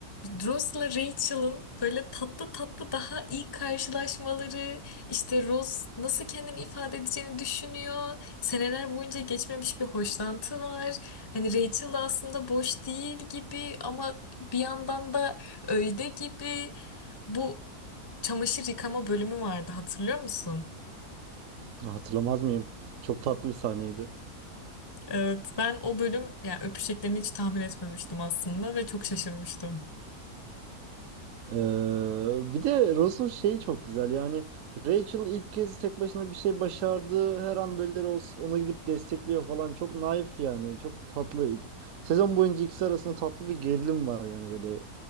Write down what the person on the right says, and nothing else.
Hatırlamaz mıyım? Çok tatlı bir sahneydi.
Ee, bir de Ross'un şeyi çok güzel. Yani Rachel ilk kez tek başına bir şey başardı. Her an böyle Ross ona gidip destekliyor falan. Çok naif yani. Çok tatlı. Sezon boyunca ikisi arasında tatlı bir gerilim var yani böyle.